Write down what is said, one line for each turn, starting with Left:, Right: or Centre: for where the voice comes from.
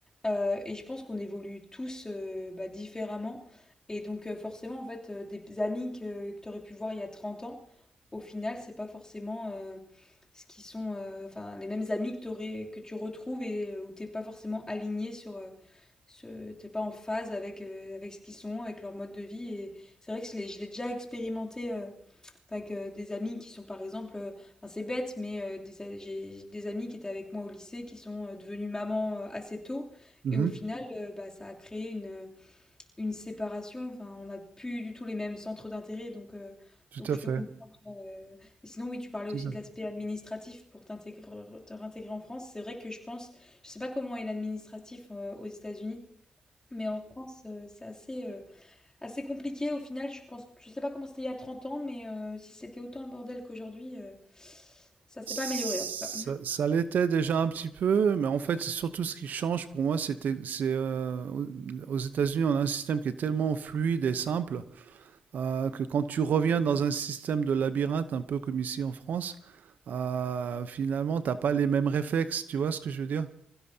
Left: Heu et je pense qu'on évolue tous, heu, bah, différemment et donc heu, forcément, en fait, heu, des amis que que tu aurais pu voir il y a 30 ans, au final, c'est pas forcément, heu, ce qui sont, heu, enfin, les mêmes amis que tu aurais que tu retrouves et heu, où t'es pas forcément aligné sur, euh, je- T'es pas en phase avec, euh, avec ce qu'ils sont, avec leur mode de vie. Et c'est vrai que je l'ai je l'ai déjà expérimenté euh, enfin, avec euh, des amis qui sont, par exemple, euh, enfin, c'est bête, mais euh, des a- j'ai des amis qui étaient avec moi au lycée qui sont euh, devenus mamans euh, assez tôt.
Right: Mhm.
Left: Et au final, euh, bah, ça a créé une, une séparation. Enfin, on n'a plus du tout les mêmes centres d'intérêt. Donc, euh,
Right: Tout
Left: donc
Right: à
Left: je
Right: fait.
Left: te comprends. euh. Et sinon, oui, tu parlais
Right: Tout
Left: aussi
Right: à
Left: de
Right: fait.
Left: l'aspect administratif pour t'intégrer, te réintégrer en France. C'est vrai que je pense, je sais pas comment est l'administratif euh, aux États-Unis. Mais en France, euh, c'est assez, euh, assez compliqué. Au final, je pense, je sais pas comment c'était il y a 30 ans, mais euh, si c'était autant le bordel qu'aujourd'hui, euh, ça s'est
Right: Ça,
Left: pas amélioré en tout cas.
Right: ça l'était déjà un petit peu, mais en fait, c'est surtout ce qui change pour moi, c'était, c'est euh, aux aux États-Unis, on a un système qui est tellement fluide et simple euh, que quand tu reviens dans un système de labyrinthe, un peu comme ici en France, euh, finalement, t'as pas les mêmes réflexes. Tu vois ce que je veux dire?